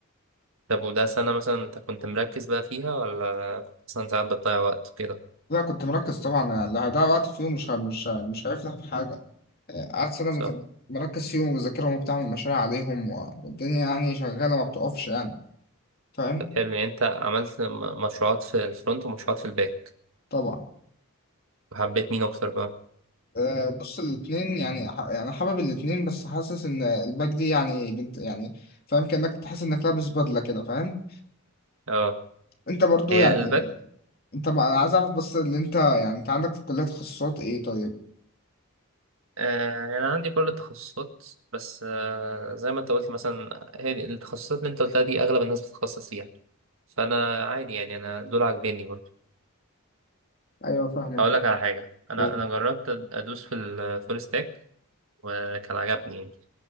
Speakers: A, on the right; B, on the left.
A: طب وده سنة مثلا أنت كنت مركز بقى فيها ولا مثلا ساعات بتضيع وقت كده؟
B: لا كنت مركز طبعا يعني اللي هيضيع وقت فيهم مش ه- مش ه- مش هيفلح في حاجة آه، قعدت سنة
A: صح
B: بت- مركز فيهم وبذاكرهم وبتعمل مشاريع عليهم و- والدنيا يعني شغالة ما بتقفش يعني فاهم
A: طب حلو يعني انت عملت م- مشروعات في الفرونت ومشروعات في الباك
B: طبعا
A: وحبيت مين اكتر بقى
B: آه، بص الاثنين يعني ح- يعني حابب الاثنين بس حاسس ان الباك دي يعني بنت يعني فاهم كأنك تحس انك لابس بدلة كده فاهم
A: اه
B: انت برضو
A: هي
B: يعني
A: الباك
B: انت ما- انا عايز اعرف بس اللي انت يعني انت عندك في الكلية تخصصات ايه طيب
A: آه انا عندي برضه تخصصات بس آه زي ما انت قلت مثلا هي دي- التخصصات اللي انت قلتها دي اغلب الناس بتتخصص فيها فانا عادي يعني انا دول عاجبيني برضه
B: ايوه فاهمك
A: هقول
B: فاهم.
A: لك على حاجه انا
B: أوه.
A: انا جربت ادوس في الفول ستاك وكان عجبني يعني